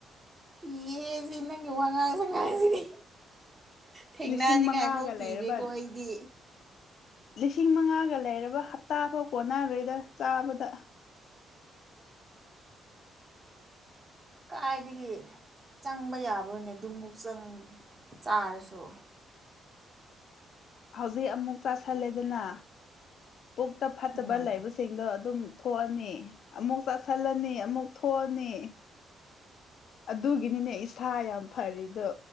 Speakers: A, on the right (about 25°); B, on the left (about 70°).
A: ꯀꯤꯌꯦ ꯁꯤ ꯅꯪꯒꯤ ꯋꯥ ꯉꯦꯡ ꯉꯡꯖꯤꯗꯤ ꯊꯦꯡꯅꯅꯤꯡꯉꯥꯏ
B: ꯂꯤꯁꯤꯡ ꯃꯉꯥꯒ
A: ꯐꯥꯎ ꯀꯤꯔꯦꯀꯣ
B: ꯂꯩꯔꯕ
A: ꯑꯩꯗꯤ
B: ꯂꯤꯁꯤꯡ ꯃꯉꯥꯒ ꯂꯩꯔꯕ ꯍꯞꯇꯥꯐꯥꯎ ꯀꯣꯟꯅꯔꯣꯏꯗ ꯆꯥꯕꯗ
A: ꯀꯥꯏꯗꯤꯒꯤ ꯆꯪꯕ ꯌꯥꯕꫭꯅꯦ ꯑꯗꯨꯃꯨꯛ ꯆꯪ ꯆꯥꯔꯁꯨ
B: ꯍꯧꯖꯤꯛ ꯑꯃꯨꯛ ꯆꯥꯥꯁꯜꯂꯦꯗꯅ ꯄꯨꯛꯇ ꯐꯠꯇꯕ
A: ꯎꯝ
B: ꯂꯩꯕꯁꯤꯡꯗꯣ ꯑꯗꯨꯝ ꯊꯣꯛꯑꯅꯤ ꯑꯃꯨꯛ ꯆꯥꯁꯤꯜꯂꯅꯤ ꯑꯃꯨꯛ ꯊꯣꯛꯑꯅꯤ ꯑꯠ ꯑꯗꯨꯒꯤꯅꯤꯅꯦ ꯏꯁꯥ ꯌꯥꯝ ꯐꯔꯤꯗꯣ